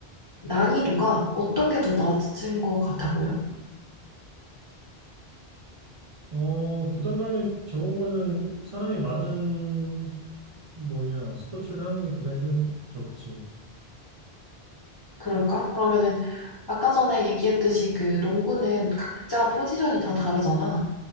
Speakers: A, on the left; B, on the right.
A: 난이도가 어떤 게 더 낮은 것 같아 보여?
B: 어, 부담감이 적은 거는 사람이 많은, 뭐냐, 스포츠를 하는 게 부담이 좀 적지.
A: 그럴까? 그러면은 아까 전에 얘기했듯이 그 농구는 각자 포지션이 다 다르잖아.